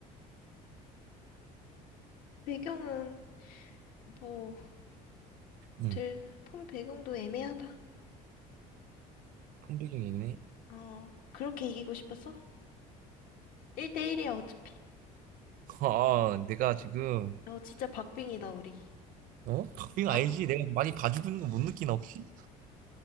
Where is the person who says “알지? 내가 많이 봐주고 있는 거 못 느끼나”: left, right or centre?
Right